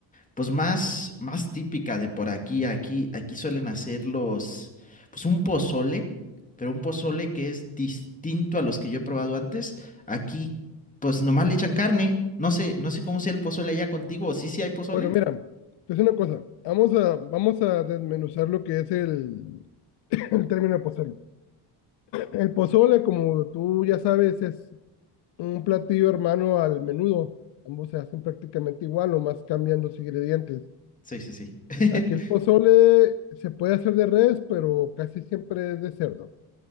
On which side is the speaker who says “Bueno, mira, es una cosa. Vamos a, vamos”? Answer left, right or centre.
Left